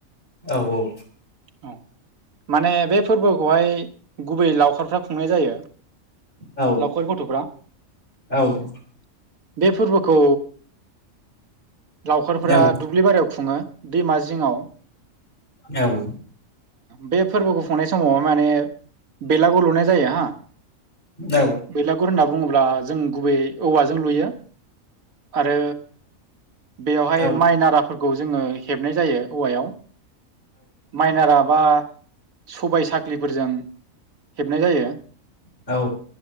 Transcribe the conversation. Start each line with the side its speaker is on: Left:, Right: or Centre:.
Left: औ औ
Right: औ माने बे फोरबोखौहाय गुबै लावखारफ्रा खुंनाय जायो
Left: औ
Right: लावखार गथ'
Left: औ
Right: बे फोरबोखौ लावखारफोरा
Left: औ
Right: दुब्लि बारियाव खुङो दैमा जिङाव
Left: औ
Right: बे फोरबोखौ खुंनाय समाव माने बेलागुर लुनाय जायो हा
Left: औ
Right: बेलागुर होनना बुङोब्ला जों गुबै औवाजों लुयो आरो बेवहाय
Left: औ
Right: माइ नाराफोरखौ जोङो हेबनाय जायो औवायाव माइ नारा बा सबाय साख्रिफोरजों हेबनाय जायो
Left: औ